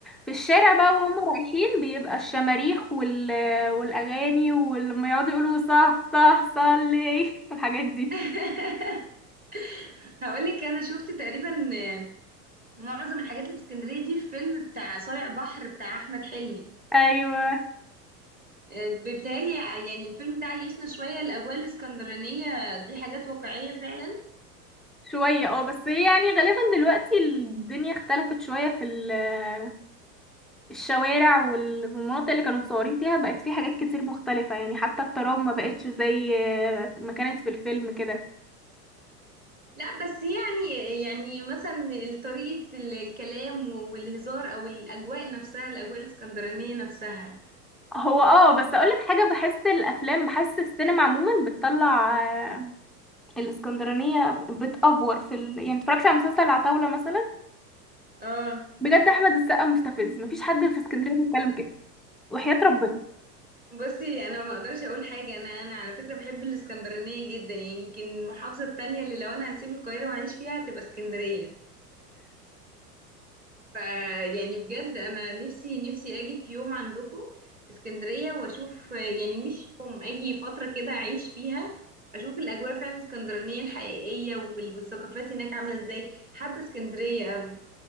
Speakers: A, in the centre; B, on the right (about 20°).
A: في الشارع بقى وهم رايحين بيبقى الشماريخ وال... والأغاني ولما يقعدوا يقولوا صح صح صلي <laughs> والحاجات دي
B: <laughs> هقول لك انا شفت تقريبا آه، معظم الحاجات اللي في اسكندريه دي في فيلم بتاع صايع بحر بتاع احمد حلمي
A: أيوة
B: آه، بيتهيألي يعني الفيلم ده عيشنا شويه الاجواء الاسكندرانيه دي حاجات واقعيه فعلا
A: شوية اه بس هي يعني غالبا دلوقتي الدنيا اختلفت شوية في ال- الشوارع وال- والمناطق اللي كانوا مصورين فيها بقت في حاجات كتير مختلفة يعني حتى الترام ما بقتش
B: أيوة.
A: زي آه، ما كانت في الفيلم كده
B: لا بس يعني يعني مثلا طريقه الكلام والهزار او الاجواء نفسها الاجواء الاسكندرانيه نفسها
A: هو اه بس اقولك حاجة بحس الافلام بحس السينما عموما بتطلع آه، الاسكندرانية بتأفور في ال... يعني اتفرجت على مسلسل العتاولة مثلا
B: اه
A: بجد احمد السقا مستفز مفيش حد في اسكندرية بيتكلم كده وحياة ربنا
B: بصي انا ما اقدرش اقول حاجه انا انا على فكره بحب الاسكندرانيه جدا يعني يمكن المحافظه التانية اللي لو انا هسيب القاهره واعيش فيها هتبقى اسكندريه ف يعني بجد انا نفسي نفسي اجي في يوم عندكم اسكندريه واشوف يعني مش يوم اجي فتره كده اعيش فيها اشوف الاجواء فعلا الاسكندرانيه الحقيقيه وال- والثقافات هناك عامله ازاي حابه اسكندريه قوي